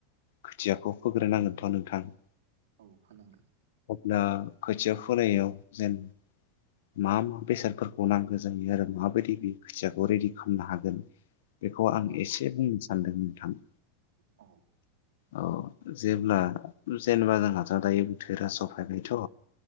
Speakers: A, on the left; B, on the right.
A: खोथियाखौ फोग्रोनांगोनथ नोंथां।
B: औ फोनांगोन।
A: दा खोथिया फोनायाव जेन मा मा बेसादफोरखौ नांगो जायो आरो माबायदि बे खोथियाखौ रेडि खालामनो हागोन। बेखौ आं
B: औ
A: एसे बुंनोस सानदों नोंथां।
B: औ
A: औ जेब्ला जेनेबा जोंहाथ दायो बोथोरा स फैबायथ